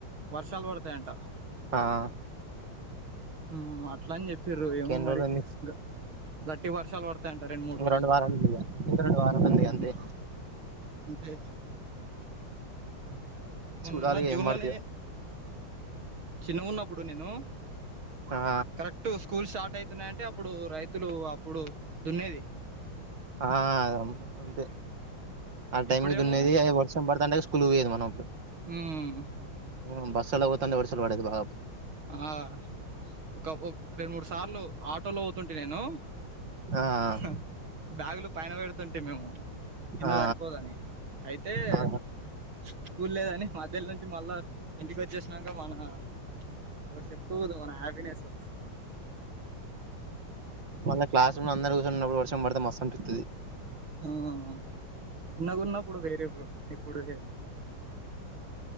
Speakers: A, on the right (about 75°); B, on the right (about 60°).
A: వర్షాల్ పడతయంట
B: ఆ ఆ
A: మ్ అట్లన్ చెప్పిర్రు
B: ఇంకెన్ని
A: ఏమో మరి
B: రోజులు ఉంది
A: గ గట్టి వర్షాల్ పడతఅన్ట రెన్, మూడు
B: ఇంక
A: రోజులు
B: రెండు వారాలు ఉంది ఇగ ఇంక రెండు వారాలు ఉంది
A: హ్మూఁ
B: అంతే
A: అంతే ఏమనున్నా
B: చూడాలి
A: జూన్లోనే
B: ఏం పడతాయో
A: చిన్న గున్నప్పుడు నేనూ
B: ఆ
A: కరె క్ట్ స్కూల్ స్టార్ట్తున్నాయన్టే అప్పుడు రైతులు అప్పుడు దున్నేది
B: ఆ అదమ్మ ఆన్న్తే ఆ టైం
A: ఇప్పుడేమో
B: కి దున్నేది <unintelligible> వర్షం బడతండేది స్కూల్కు <unintelligible> యేది మనం అప్పుడు.
A: ఉమ్
B: ఆమ్ బస్సులో పోత <unintelligible> వర్షలు పడేది బాగా అప్పుడు
A: ఆ ఒక ఓ రెండు, మూడు సార్లు ఆటోలో ఓతున్టి నేను.
B: ఆ ఆ ఆ
A: హ బ్యాగులు పైన పెడుతుంటిమ్ మేము కింద
B: ఆ
A: సరిపోదని అయితే
B: ఆ
A: ఐతే కూల్ లేదని మధ్యల్నుంచి మళ్ళా ఇంటికోచ్చేస్నాంక మనా అపుడు సేప్పు గదు మన హ్యాపీనెస్సు.
B: మళ్ళ క్లాస్ రూమ్లో అందరూ కుసున్నప్పుడు వర్షం పడితే మస్సనిపిత్తది
A: హ ఆ ఆ చిన్నగున్నప్పుడు వేరే బ్రో ఇప్పుడు వేరే